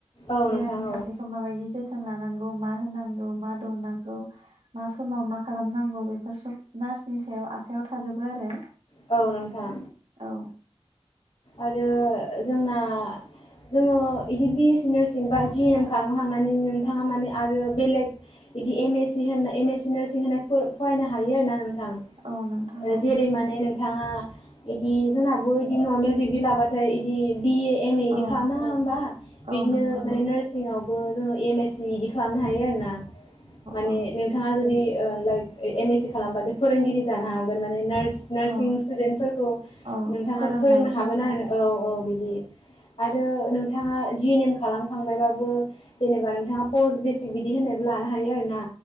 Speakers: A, on the left (about 60°); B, on the right (about 75°).
A: औ
B: बेरामि
A: नोंथां
B: सासेखौ
A: औ
B: माबायदि जोथोन। लानांगौ मा होनांगौ मा दौनांगौ मा समाव मा खालामनांगौ बेफोर सब। नार्सनि सायाव आखयाव थाजोबो आरो
A: औ नोंथां
B: औ।
A: आरो जोंना जोङो बिदि बि एस सि नार्सिं बा जिएन एम खालामखांनानै नोंथाङा माने आरो बेलेग बिदि एम ए सि होननाय एम एस सि नार्सिं होनाय फरायनो हायो आरोन ना नोंथां। ओ
B: औ नोंथां औ
A: जेरै माने नोंथाङा बिदि जोंनाबो इदि नर्मेल। लाबाथाय इदि। बिए एम ए बिदि
B: औ
A: खालामनाङा होमबा बिदिनो
B: औ नोंथां
A: माने
B: औ
A: नार्सिंआव। ओ जोङो एम एस सि इदि खालामनो हायो आरो ना। माने
B: औ
A: नोंथाङा जुदि। लाइ एम एस सि खालामबा दे फोरोंगिरि जानो हागोन माने नार्स। नार्सिं
B: औ
A: स्टुडेन्टफोरखौ
B: औ
A: नोंथाङानो
B: फोरोंनाय
A: फोरोंनानै। हागोन आरो औ औ बिदि आरो नोंथाङा जिएन एम खालामखांबायबाबो जेनेबा नोंथाङा पस्ट बेसिक बिदि होननायबो लानो हायो आरो ना।